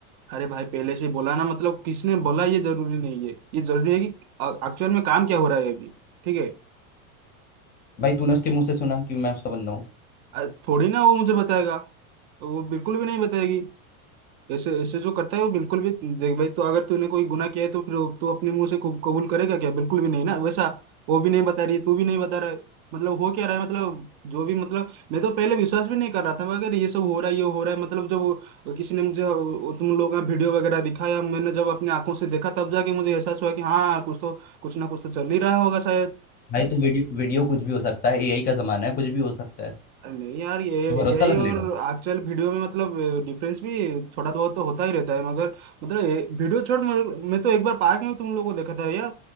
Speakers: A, on the right; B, on the left.
A: अरे भाई पहले से ही बोला ना मतलब किसने बोला ये जरूरी नहीं है ये जरूरी है कि एक्चुअल में काम क्या हो रहा है अभी ठीक है
B: भाई तूने उसके मुंह से सुना कि मैं उसका बंदा हूँ
A: अ- थोड़ी ना वो मुझे बताएगा वो बिल्कुल भी नहीं बताएगी ऐसे ऐसे जो करता है वो बिल्कुल भी देख भाई तो अगर तूने कोई गुनाह किया है तो फिर वो- तू अपने मुंह से कबू- कबूल करेगा क्या बिल्कुल भी नहीं ना वैसा वो भी नहीं बता रही है तू भी नहीं बता रहा है मतलब हो क्या रहा है मतलब जो भी मतलब मैं तो पहले विश्वास भी नहीं कर रहा था मगर ये सब हो रहा है ये हो रहा है मतलब जब वो- किसी ने मुझे वो- तुम लोगों का वीडियो वगैरह दिखाया मैंने जब अपनी आंखों से देखा तब जाके मुझे एहसास हुआ कि हाँ कुछ तो कुछ ना कुछ तो चल ही रहा होगा शायद
B: भाई तो वीडियो वीडियो कुछ भी हो सकता है एआई का जमाना है कुछ भी हो सकता है
A: नहीं यार ये
B: तू भरोसा
A: यही
B: कर
A: और
B: लेगा
A: एक्चुअल वीडियो में मतलब डिफरेंस भी थोड़ा बहुत तो होता ही रहता है मगर मतलब ये वीडियो छोड़ मगर मैं तो एक बार पार्क में तुम लोगों को देखा था यार